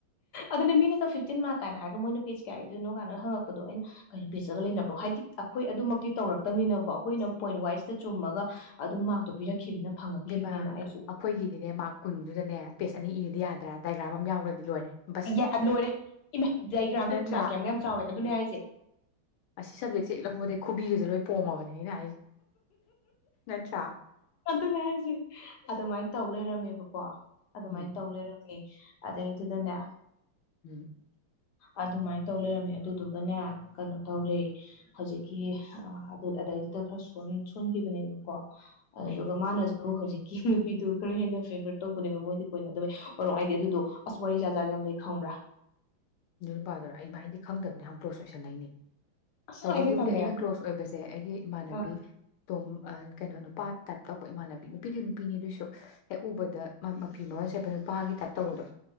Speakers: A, on the left (about 60°); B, on the left (about 80°).
A: ꯑꯗꯨꯅꯦ ꯃꯤꯅꯒ ꯐꯤꯞꯇꯤꯟ ꯃꯥꯔꯛ ꯀꯥꯏꯅ ꯍꯥꯏꯔꯒ ꯃꯣꯏꯅ ꯄꯦꯖ ꯀꯌꯥ ꯏꯗꯣꯏꯅꯣ ꯀꯥꯏꯅ ꯍꯪꯉꯛꯄꯗꯣ ꯑꯩꯅ ꯀꯩꯅꯣ ꯄꯦꯖꯇꯒ ꯂꯩꯅꯕ꯭ꯔꯣ ꯍꯥꯏꯗꯤ ꯑꯩꯈꯣꯏ ꯑꯗꯨꯃꯛꯇꯤ ꯇꯧꯔꯛꯇꯕꯅꯤꯅꯀꯣ ꯑꯩꯈꯣꯏꯅ ꯄꯣꯏꯟꯠ ꯋꯥꯏꯁꯇ ꯆꯨꯝꯃꯒ ꯑꯗꯨꯝ ꯃꯥꯔꯛꯇꯣ ꯄꯤꯔꯛꯈꯤꯕꯅꯤꯅ ꯐꯪꯉꯛꯈꯤꯕꯅꯤꯅ
B: ꯕꯦꯝꯃꯥ
A: ꯑꯩꯁꯨ
B: ꯑꯩꯈꯣꯏꯒꯤꯗꯤꯅꯦ ꯃꯥꯔꯛ ꯀꯨꯟꯗꯨꯗꯅꯦ ꯄꯦꯁ ꯑꯅꯤ ꯏꯗꯤ ꯌ꯭ꯗꯔꯥ ꯗꯥꯏꯒ꯭ꯔꯥꯝ ꯑꯃ ꯌꯥꯎꯈ꯭ꯔꯗꯤ ꯂꯣꯏꯔꯦ ꯕꯁ
A: ꯌꯥ ꯂꯣꯏꯔꯦ ꯏꯃꯥ ꯗꯥꯏꯒꯔ꯭ꯥꯝ
B: ꯅꯠꯇ꯭ꯔꯥ
A: ꯗꯣ ꯃꯔ꯭ꯥꯀ ꯀꯌꯥꯃꯨꯛ ꯌꯥꯝ ꯆꯥꯎꯋꯦ ꯑꯗꯨꯅꯦ ꯍꯥꯏꯁꯦ
B: ꯑꯁꯤ ꯁꯞꯖꯦꯛꯁꯦ ꯍꯦꯛ ꯂꯧꯕꯗꯩꯩ ꯈꯨꯕꯤꯒꯁꯦ ꯂꯣꯏ ꯄꯣꯝꯃꯕꯅꯦ ꯑꯩꯅ ꯍꯥꯏꯁꯦ ꯅꯠꯇ꯭ꯔꯥ
A: ꯑꯗꯨꯅꯦ ꯍꯥꯏꯁꯦ ꯑꯗꯨꯃꯥꯏꯅ ꯇꯧ ꯂꯩꯔꯝꯃꯦꯕꯀꯣ ꯑꯗꯨꯃꯥꯏꯅ
B: ꯎꯝ
A: ꯇꯧ ꯂꯩꯔꯝꯃꯦ ꯑꯗꯩꯩꯗꯨꯗꯅꯦ
B: ꯎꯝ
A: ꯑꯗꯨꯃꯥꯏꯅ ꯇꯧ ꯂꯩꯔꯝꯃꯦ ꯑꯗꯨꯗꯨꯒꯅꯦ ꯀꯩꯅꯣ ꯇꯧꯔꯦ ꯍꯧꯖꯤꯛꯀꯤ <unintelligible> ꯗ ꯈꯔ ꯁꯣꯟꯈꯤꯕꯅꯦꯕꯀꯣ
B: ꯎꯝ
A: ꯑꯗꯨꯒ ꯃꯥꯅꯁꯨ ꯍꯧꯖꯤꯛ <unintelligible> ꯅꯨꯄꯤꯗꯨ ꯈꯔ ꯍꯦꯟꯅ ꯐꯦꯚꯔꯠ ꯇꯧꯕꯅꯦꯕ ꯃꯣꯏꯗꯤ ꯀꯣꯏꯅꯗꯕꯩ ꯍꯣꯏꯔꯣꯡ ꯑꯩꯗꯤ ꯑꯗꯨꯗꯣ ꯑꯁ ꯋꯥꯔꯤ ꯖꯥꯠ ꯖꯥꯠ ꯌꯥꯝ ꯂꯩ ꯈꯪꯕ꯭ꯔꯥ
B: ꯑꯗꯨ ꯅꯨꯄꯥꯗꯨꯔꯣ ꯑꯩꯩꯅ ꯍꯥꯏꯗꯤ ꯈꯪꯗꯕꯅꯦ ꯌꯥꯝ ꯀꯂ꯭ꯣꯖ ꯑꯣꯏꯁꯟꯅꯩꯅꯦ
A: ꯑꯁ
B: ꯇꯧꯕꯒꯤꯕꯨꯗꯤ
A: ꯍꯥꯏꯖꯦ ꯇꯜꯂꯦ
B: ꯑꯩꯅ ꯀ꯭ꯂꯣꯁ ꯑꯣꯏꯕꯁꯦ ꯑꯩꯒꯤ ꯏꯃꯥꯟꯅꯕꯤ
A: ꯑꯥ
B: ꯗꯨꯝ ꯀꯩꯅꯣ ꯅꯨꯄꯥ ꯇꯥꯏꯞ ꯇꯧꯕ ꯏꯃꯥꯟꯅꯕꯤ ꯅꯨꯄꯤꯗꯤ ꯅꯨꯄꯤꯅꯤ ꯑꯗꯨꯏꯁꯨ ꯍꯦꯛ ꯎꯕꯗ ꯃꯐꯤ ꯃꯔꯣꯟ ꯁꯦꯠꯄꯗ ꯅꯨꯄꯥꯒꯤ ꯇꯥꯏꯞ ꯇꯧꯕꯗꯣ